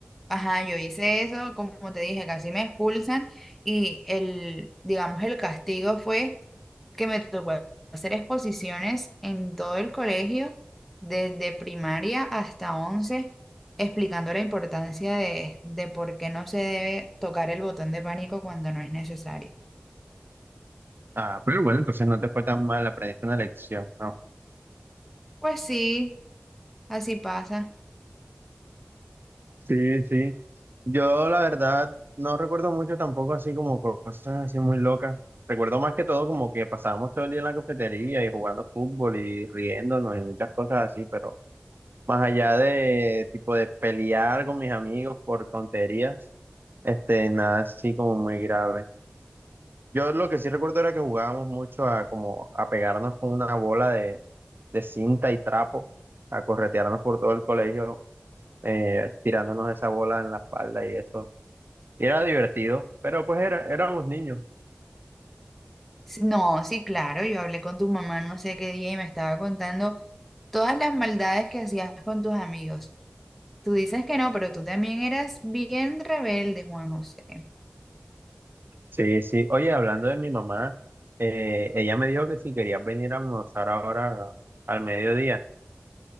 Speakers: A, in the centre; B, on the right.
A: ajá, yo hice eso, como te dije, casi me expulsan y el, digamos, el castigo fue que me tocó hacer exposiciones en todo el colegio, desde primaria hasta once, explicando la importancia de, de por qué no se debe tocar el botón de pánico cuando no es necesario.
B: Ah, pero bueno, entonces no te fue tan mal, aprendiste una lección, ¿no?
A: Pues sí, así pasa.
B: Sí, sí. Yo la verdad no recuerdo mucho tampoco así como cosas así muy locas. Recuerdo más que todo como que pasábamos todo el día en la cafetería y jugando fútbol y riéndonos y muchas cosas así, pero... Más allá de tipo de pelear con mis amigos por tonterías, este, nada así como muy grave. Yo lo que sí recuerdo era que jugábamos mucho a como a pegarnos con una bola de, de cinta y trapo, a corretearnos por todo el colegio, eh, tirándonos esa bola en la espalda y eso. Y era divertido, pero pues era, éramos niños.
A: Sí, No, sí, claro, yo hablé con tu mamá no sé qué día y me estaba contando todas las maldades que hacías con tus amigos. Tú dices que no, pero tú también eras bien rebelde, Juan José.
B: Sí, sí. Oye, hablando de mi mamá, eh, ella me dijo que si querías venir a almorzar ahora al mediodía.